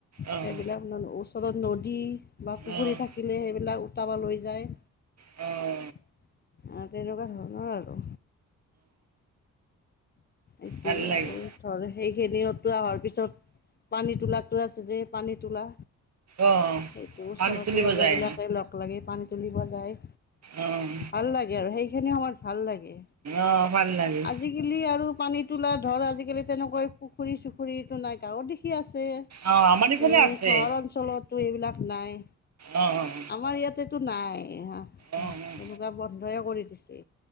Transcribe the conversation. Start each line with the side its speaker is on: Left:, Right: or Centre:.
Right: অ',
Left: সেইবিলাক ন ওচৰত নদী বা পুখুৰী
Right: অ', অ',
Left: থাকিলে সেইবিলাক উটাবা লৈ যায।
Right: অ'
Left: অ', তেনেকুৱা ধৰণৰ আৰু এইটো,
Right: ভাল লাগে
Left: আৰু ধৰ সেইখিনি উটোৱাই অহাৰ পিছত পানী তোলাতো আছে যে, পানীতোলা।
Right: অ',
Left: সেইটো ওচৰৰ
Right: পানী তুলিব
Left: তিৰোতা
Right: যায়
Left: বিলাকে লগ লাগি পানী তুলিব যায়
Right: অ',
Left: ভাল লাগে আৰু সেইখিনি সময়ত ভাল লাগে।
Right: অ', ভাল লাগে।
Left: আজিকালি আৰু পানী তোলা ধৰ আজিকালি তেনেকৈ পুখুৰী চুখুৰীটো নাই গাঁৱৰ দেখি আছে। এনেই
Right: অ', আমাৰ ইফালে আছে
Left: চহৰ অঞ্চলতো এইবিলাক নাই।
Right: অ অ অ।
Left: আমাৰ ইয়াতেতো নাই, আ আ
Right: অ',
Left: এনেকুৱা বন্ধয়ে কৰি দিছে।